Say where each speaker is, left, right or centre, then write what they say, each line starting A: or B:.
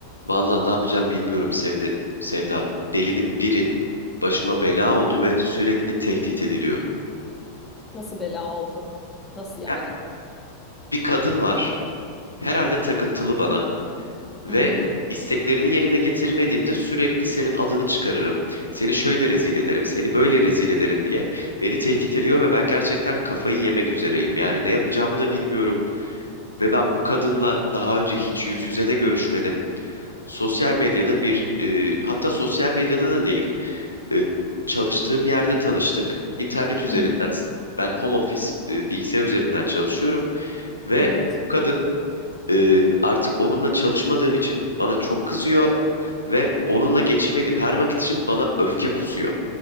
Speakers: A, on the left (about 85°); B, on the left (about 20°).
A: Valla ne yapacağım bilmiyorum Sevdi. Sevda. Delinin biri başıma bela oldu ve sürekli tehdit ediliyorum.
B: Nasıl bela oldu? Nasıl yani?
A: Ya Bir kadın var. Herhalde takıntılı bana ve
B: Hı hı.
A: isteklerini yerine getirmediğimde sürekli senin adını çıkarırım. Seni şöyle rezil ederim, seni böyle rezil ederim diye beni tehdit ediyor ve ben gerçekten kafayı yemek üzereyim. Yani ne yapacağımı da bilmiyorum ve ben bu kadınla daha önce hiç yüz yüze de görüşmedim. Sosyal medyada bir, e, hatta sosyal medyada da değil. E, çalıştığım yerde tanıştık. İnternet üzerinden.
B: Hı hı.
A: Ben home office e, bilgisayar üzerinden çalışıyorum ve
B: Evet.
A: kadın e, artık onunla çalışmadığım için bana çok kızıyor ve onunla geçirmediğim her vakit için bana öfke kusuyor